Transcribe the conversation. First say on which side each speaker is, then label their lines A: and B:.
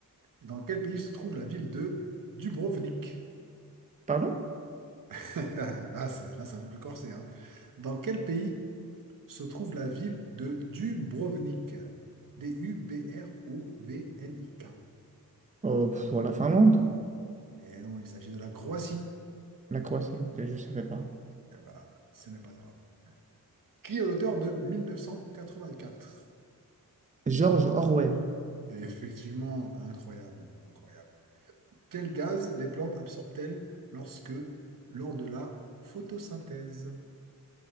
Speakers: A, on the right; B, on the right.
A: Dans quel pays se trouve la ville de Dubrovnik?
B: Pardon?
A: <laughs> Là, c'est, là, c'est un peu plus corsé, hein. Dans quel pays se trouve la ville de Dubrovnik? D-U-B-R-O-V-N-I-K.
B: Euh, pff, la Finlande,
A: Et non, il s'agit de la Croatie.
B: la Croatie, ok, je ne savais pas.
A: Eh ben, ce n'est pas grave. Qui est l'auteur de 1984?
B: George Orwell.
A: Effectivement, incroyable, incroyable. Quel gaz les plantes absorbent-elles lorsque, lors de la photosynthèse?